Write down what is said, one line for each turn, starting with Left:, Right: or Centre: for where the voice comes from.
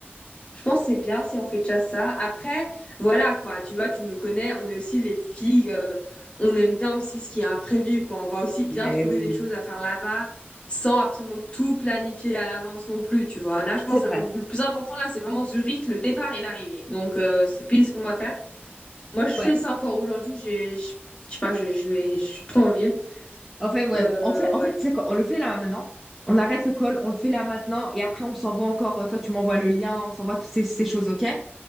Left: je pense que c'est bien si on fait déjà ça. Après, voilà, quoi, tu vois, tu nous connais, on est aussi les filles, euh, on aime bien aussi ce qui est imprévu, quoi. On va aussi bien
Centre: Ouais,
Left: trouver
Centre: oui,
Left: des choses à faire là-bas, sans absolument tout planifier à l'avance non plus, tu vois. Là, je pense
Centre: c'est vrai.
Left: que le plus important, là, c'est vraiment Zurich, le départ et l'arrivée. Donc, euh, c'est pile ce qu'on va faire. Moi, je
Centre: Ouais.
Left: fais ça encore aujourd'hui, j'ai, je je sais pas, je, je, vais- je suis trop envie.
Centre: En fait, ouais.
Left: Euh,
Centre: En fait, en fait,
Left: ouais.
Centre: tu sais quoi, on le fait là maintenant. On arrête le call, on le fait là maintenant, et après on s'envoie encore. euh, Toi, tu m'envoies le lien, on s'envoie toutes ces, ces choses, ok?